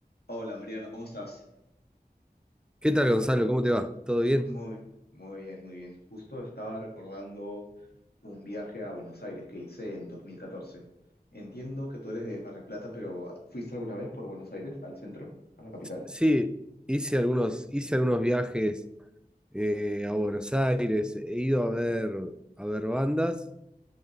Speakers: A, on the left; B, in the centre.
A: Hola Mariano, ¿cómo estás?
B: ¿Qué tal, Gonzalo? ¿Cómo te va? ¿Todo bien?
A: Muy, muy bien, muy bien. Justo estaba recordando un viaje a Buenos Aires que hice en 2014. Entiendo que tú eres de Mar del Plata, pero ¿fuiste alguna vez por Buenos Aires, al centro, a la capital?
B: Sí, hice algunos, hice algunos viajes eh, a Buenos Aires. He ido a ver, a ver bandas